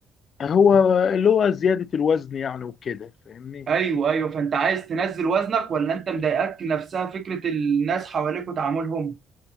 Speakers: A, on the left (about 55°); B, on the right (about 55°).
A: هو اللي هو زيادة الوزن يعني وكده فاهمني
B: ايوه ايوه فانت عايز تنزل وزنك ولا انت مضايقك نفسها فكره الناس حواليك وتعاملهم